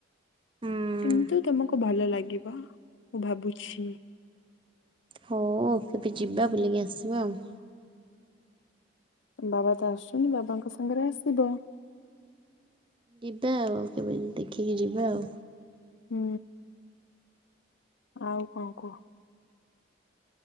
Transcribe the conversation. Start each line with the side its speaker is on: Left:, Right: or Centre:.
Right: ହୁଁ
Left: କିନ୍ତୁ ତୋମକୁ ଭଲ ଲାଗିବ, ମୁଁ ଭାବୁଛି।
Right: ହୋ କେବେ ଯିବା ବୁଲିକି ଆସିବା ଆଉ।
Left: ତୋମ ବାବା ତ ଆସୁଛନ୍ତି ବାବାଙ୍କ ସାଙ୍ଗରେ ଆସିବ।
Right: ଯିବା ଆଉ କେବେ ଦେଖିକି ଯିବା ଆଉ।
Left: ହୁଁ। ଆଉ କଣ କୁହ?